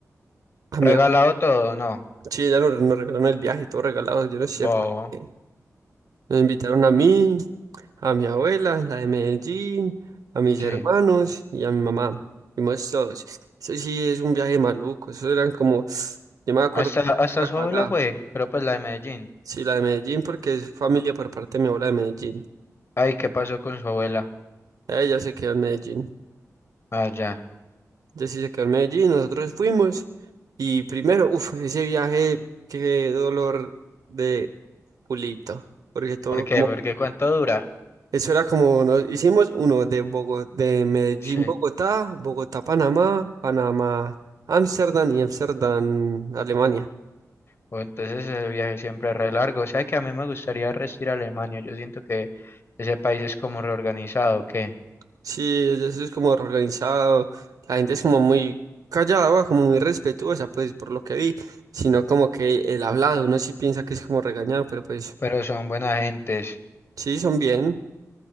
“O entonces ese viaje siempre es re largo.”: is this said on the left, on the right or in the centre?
Left